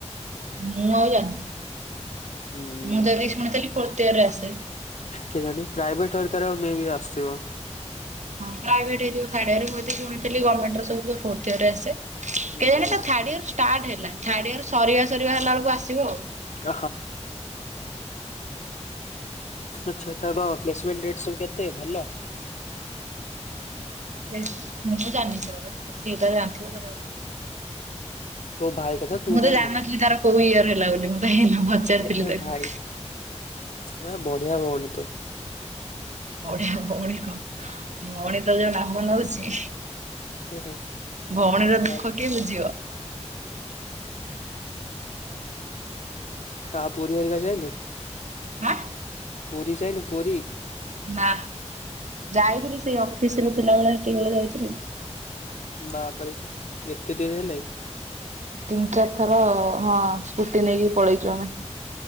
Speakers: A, on the right (about 75°); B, on the left (about 75°).
A: ମୁଁ ଆଉ ଜାଣିନି।
B: ହୁଁ ଉଁ।
A: ମୁଁ ଯଦି ଶୁଣିଥିଲି ଫ୍ରୋଥ୍ ୟର ଆସେ।
B: କେ ଜାଣି ପ୍ରାଇଭେଟ ଘରିକାର ମେ ବି ଆସୁଥିବ।
A: ହଁ ପ୍ରାଇଭେଟ ହେଇଥିବ ଥାର୍ଡ଼ ୟର୍ ମୁ ଏତିକି ଶୁଣିଥିଲି ଗମେଣ୍ଟର ସବୁ ତ ଫୋର୍ଥ ୟର୍ ରେ ଆସେ।
B: ହୁଁ
A: କେଜାଣି
B: ହୁଁ।
A: ଏଟା ଥାର୍ଡ ଇୟର ଷ୍ଟାର୍ଟ ହେଲା ଥାର୍ଡ ୟର୍ ସରିବା ସରିବା ହେଲା ବଳକୁ ଆସିବ ଆଉ
B: ହଁ। ଆଛା ତା କଣ ପ୍ଲେସମେଣ୍ଟ ଡେଟ୍ ସବୁ କେତେ ଭଲ।
A: ପ୍ଲେସ ମୁଁ ଜାଣିନି ସେ ଗୁରା ସିଏ ତାର ଜାଣିଥିବ ତାର କରିଥିବା।
B: ତୋ ଭାଇ କଥା ତୁ
A: ମୁଁ ତ
B: ଜାଣିନୁ
A: ଜାଣିନଥିଲି ତାର କୋଉ ଇୟର ହେଲା ବୋଲି ମୁଁ ତ ହେଇନ ପଚାରିଥିଲି
B: ଏ
A: ତାକୁ।
B: ଭାଇ ନା ବଢିଆ ଭଉଣି ତୁ।
A: ବଢିଆ ଭଉଣୀ କଣ? ଭଉଣୀ ତ ଯୋଉ ନାମ ନଉଛି
B: ହେ ହେ
A: ଭଉଣୀର
B: ଛାଡ।
A: ଦୁଃଖ କିଏ ବୁଝିବ?
B: ଆଉ ପୁରୀ ହରିକା ଯାଇନୁ।
A: ହାଁ
B: ପୁରୀ ଯାଇନୁ ପୁରୀ?
A: ନା ଯାଇଥିଲି ସେଇ ଅଫିସ ରେ ଥିଲା ବଳେ ସେତେବେଳେ ଯାଇଥିଲି।
B: ବାପ୍ ରେ ଏତେ ଦିନ୍ ହେଲାଇଁ
A: ତିନ୍ ଚାରି ଥର ହଁ ସ୍କୁଟି ନେଇକି ପଳେଇଚୁ ଆମେ।